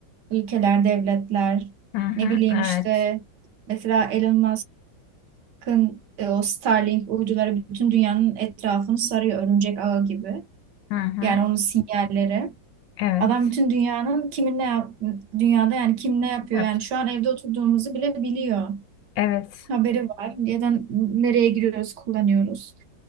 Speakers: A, on the right (about 70°); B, on the left (about 75°).
A: Ülkeler, devletler,
B: Hı hı.
A: ne bileyim
B: Evet.
A: işte mesela Elon Musk'ın e, o Starlink uyduları bütün dünyanın etrafını sarıyor örümcek ağı gibi.
B: Hı hı.
A: Yani onun sinyalleri.
B: Evet.
A: Adam bütün dünyanın kimin ne yap dünyada yani kim ne yapıyor
B: Yap-
A: yani şu an evde oturduğumuzu bile biliyor.
B: Evet.
A: Haberi var. Neden nereye giriyoruz, kullanıyoruz.